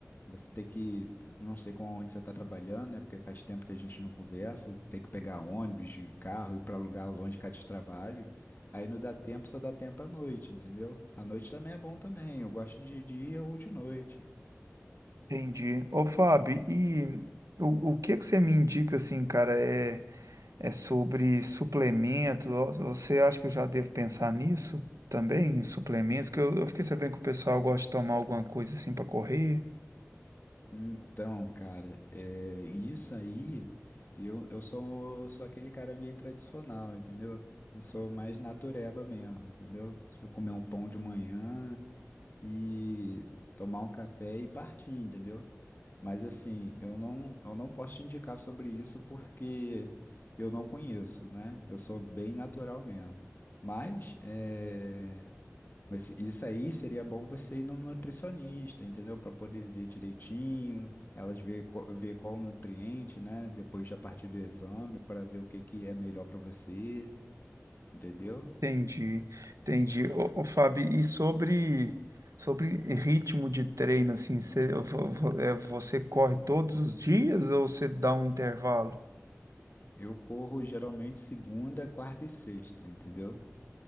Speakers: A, on the left; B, on the right.
A: você tem que, não sei com onde você tá trabalhando, né? Porque faz tempo que a gente não conversa, tem que pegar ônibus, de carro, ir pra lugar longe cá de trabalho. Aí não dá tempo, só dá tempo à noite, entendeu? À noite também é bom também. Eu gosto de dia ou de noite.
B: Entendi. Ô, Fábio, e o, o que que você me indica assim, cara, é, é sobre suplemento? Ó, Você acha que eu já devo pensar nisso também, em suplementos? Que eu, eu fiquei sabendo que o pessoal gosta de tomar alguma coisa assim para correr.
A: Então, cara, é, isso aí, eu, eu sou, sou aquele cara meio tradicional, entendeu? Eu sou mais natureba mesmo, entendeu? Se eu comer um pão de manhã e tomar um café e partir, entendeu? Mas assim, eu não, eu não posso te indicar sobre isso porque eu não conheço, né? Eu sou bem natural mesmo. Mas é, mas Isso aí seria bom você ir no nutricionista, entendeu? Para poder ver direitinho, elas ver qual, ver qual o nutriente, né? Depois já partir do exame para ver o que que é melhor para você, entendeu?
B: Entendi, entendi. Ô, ô, Fábio, e sobre, sobre ritmo de treino, assim, cê- vo- vo- é, você corre todos os dias ou você dá um intervalo?
A: Eu corro geralmente segunda, quarta e sexta, entendeu?